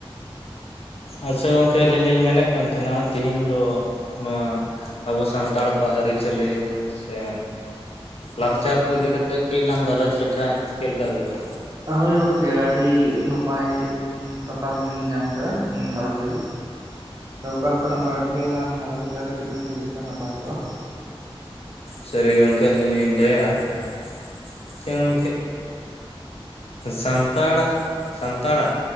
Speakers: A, on the left; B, on the right.
A: ᱟᱪᱪᱷᱟ ᱜᱚᱝᱠᱮ ᱟᱹᱞᱤᱧ ᱞᱤᱧ ᱢᱮᱱᱮᱜ ᱠᱟᱱ ᱛᱟᱦᱮᱸᱱᱟ ᱛᱤᱦᱤᱧ ᱫᱚ ᱱᱚᱣᱟ, ᱟᱵᱚ ᱥᱟᱱᱛᱟᱲ ᱠᱚᱣᱟᱜ ᱟᱹᱨᱤᱪᱟᱹᱞᱤ ᱥᱮ
B: ᱦᱳᱭ
A: ᱞᱟᱠᱪᱟᱨ
B: ᱦᱳᱭ᱾
A: ᱠᱚ ᱤᱫᱤ ᱠᱟ ᱛᱮᱜ ᱠᱟᱹᱡ ᱞᱟᱝ ᱜᱟᱞᱚᱪ ᱞᱮᱠᱷᱟᱭ ᱪᱮᱜ ᱞᱮᱠᱟ ᱦᱩᱭ ᱠᱚᱜᱼᱟ?
B: ᱦᱳᱭ ᱜᱚᱝᱠᱮ ᱟᱹᱰᱤ ᱱᱟᱯᱟᱭ ᱥᱟᱛᱟᱢ ᱵᱤᱱ ᱧᱟᱢ ᱠᱟᱫᱟ ᱩᱸ ᱜᱷᱟᱨᱚᱸᱡᱽ ᱞᱟᱹᱜᱤᱫ᱾ ᱟᱫᱚ ᱚᱠᱟ ᱞᱮᱠᱟᱱᱟᱜ ᱵᱟᱨᱮ ᱛᱮ ᱞᱟᱝ ᱜᱟᱞᱚᱪ ᱠᱮᱭᱟ ᱠᱟᱹᱴᱤᱜ ᱵᱮᱱ ᱞᱟᱹᱭ ᱞᱮᱠᱷᱟᱱ ᱱᱟᱯᱟᱭ ᱠᱚᱜᱼᱟ ᱠᱚᱜᱼᱟ?
A: ᱥᱟᱹᱨᱤ ᱜᱮ ᱜᱚᱝᱠᱮ ᱟᱹᱞᱤᱧ ᱞᱤᱧ ᱞᱟᱹᱭᱟ <unintelligible> ᱠᱮᱸᱜ ᱥᱟᱱᱛᱟᱲ ᱥᱟᱱᱛᱟᱲᱟᱜ